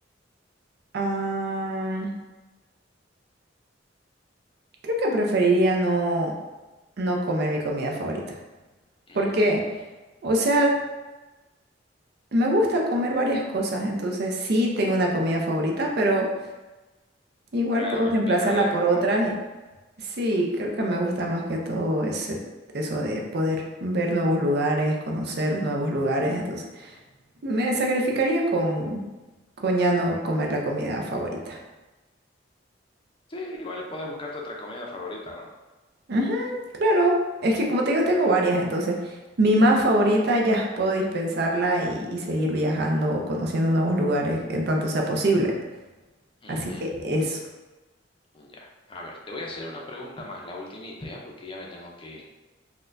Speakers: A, on the right; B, on the left.
A: Ah, creo que preferiría no, no comer mi comida favorita.
B: Mm,
A: Porque, o sea, me gusta comer varias cosas, entonces sí tengo una comida favorita, pero igual
B: Claro,
A: puedo reemplazarla
B: el viajar es
A: por
B: como
A: otras.
B: que...
A: y- sí, creo que me gusta más que todo ese, eso de poder ver nuevos lugares, conocer nuevos lugares. Entonces, me sacrificaría con, con ya no comer la comida favorita.
B: Sí, igual puedes buscarte otra comida favorita, ¿no?
A: Ujú, claro. Es que como te digo, tengo varias, entonces mi más favorita ya puedo dispensarla y, y seguir viajando o conociendo nuevos lugares en tanto sea posible.
B: Ujú,
A: Así que eso.
B: Ya. A ver, te voy a hacer una pregunta más, la ultimita, ¿ya? Porque ya me tengo que ir.